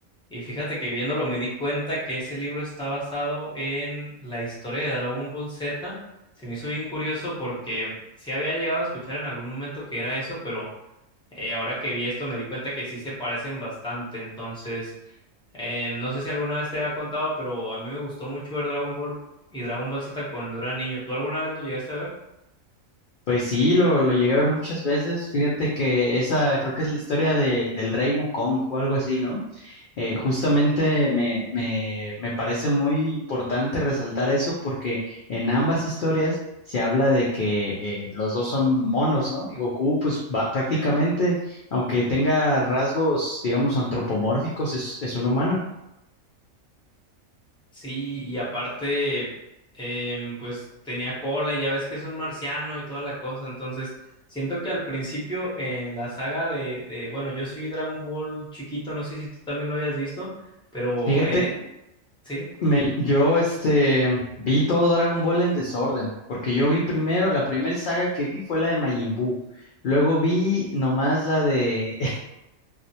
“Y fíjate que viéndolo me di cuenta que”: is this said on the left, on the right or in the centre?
Centre